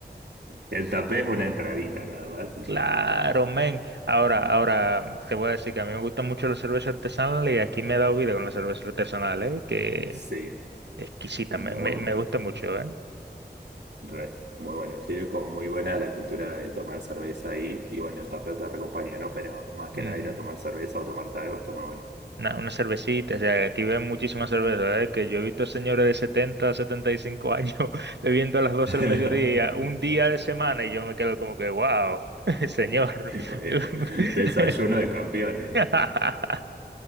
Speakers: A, on the right; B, on the right.
A: El tapeo es una entradita nada más y
B: Claro,
A: ya está.
B: men. Ahora, ahora te voy a decir que a mí me gusta mucho la cerveza artesanal y aquí me he dado vida con la cerveza artesanal, ¿eh? Que
A: Sí,
B: exquisita,
A: muy,
B: me, me, me gusta mucho, eh
A: re, muy bueno. Tiene como muy buena la cultura de tomar cerveza ahí y bueno, el tapeo te acompaña, ¿no? Pero más que
B: Ujú.
A: nada ir a tomar cerveza o tomarte algo está muy bueno.
B: Una, una cervecita, o sea, aquí ven muchísimas cervezas, ¿eh? Que yo he visto señores de setenta, setenta y cinco años <laughs> bebiendo a las 12
A: <laughs>
B: del mediodía, un día de semana, y yo me quedo como que, wow, <laughs> señor.
A: Bueno,
B: <laughs>
A: Desayuno de campeones.
B: <laughs>